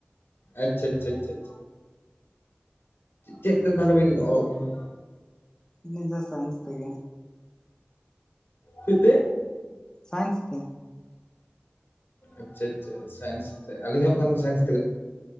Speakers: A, on the left; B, on the left.
A: ᱟᱪᱪᱷᱟ ᱪᱪᱪᱷᱟ ᱪᱷᱟ ᱪᱮᱫ ᱛᱮ ᱛᱟᱦᱚᱞᱮ ᱵᱤᱱ ᱚᱞᱚᱜ ᱠᱟᱱᱟ?
B: ᱟᱞᱤᱸᱧ ᱫᱚ ᱥᱟᱭᱮᱱᱥ ᱛᱮᱜᱮ᱾
A: ᱪᱮᱫ ᱛᱮ?
B: ᱥᱟᱭᱮᱱᱥ ᱛᱮ᱾
A: ᱟᱪᱪᱷᱟ ᱟᱪᱪᱷᱟ ᱥᱟᱭᱮᱱᱥ ᱛᱮ ᱟᱹᱞᱤᱧ ᱦᱚᱸᱜ ᱠᱷᱟᱱ ᱥᱟᱭᱮᱱᱥ ᱛᱮ᱾